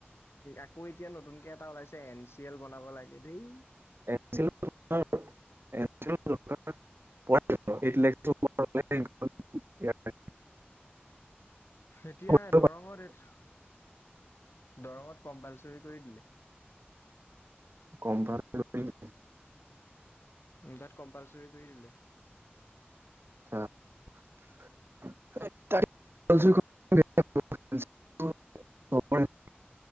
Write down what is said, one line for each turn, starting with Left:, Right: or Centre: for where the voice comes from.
Left: আকৌ এতিয়া নতুনকে এটা ওলাইছে এন চি এল বনাব লাগে, দেই।
Right: <inaudible>
Left: এতিয়া
Right: কৰিব
Left: দৰঙত
Right: পাৰি।
Left: <unintelligible> দৰঙত কম্পালচৰি কৰি দিলে।
Right: কম ভাল <unintelligible>
Left: উম, তাত কম্পালচৰি কৰি দিলে।
Right: <inaudible> শুনি <inaudible>